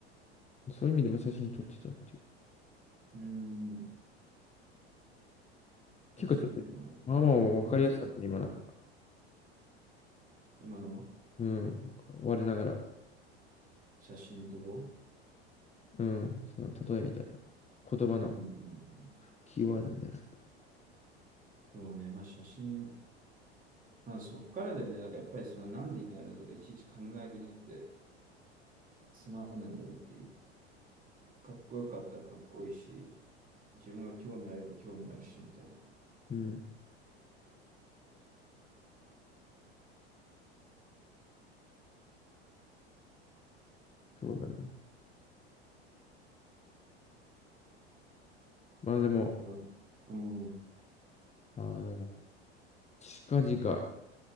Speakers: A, on the left; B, on the right.
A: そういう意味でも写真撮ってたっていう。
B: うーん、
A: 結構ちょっと、
B: 確かにな。
A: まあまあ分かりやすかったね、
B: もうちょっと、
A: 今なんか。
B: 今の
A: うん。我ながら。
B: 写真のとこ
A: うん。その例えみたいな。言葉の
B: うんうんうん。
A: キーワードみたいな。
B: そうね、まあ写真、まあそっからだよね、だからやっぱりそのなんで意味あるのとかいちいち考えるのってつまんないよねっていう。かっこよかったらかっこいいし、自分が興味あれば興味あるし、みたいな。
A: うん。そうだね。まあでも、
B: だから、うん、うん、
A: あの、近々、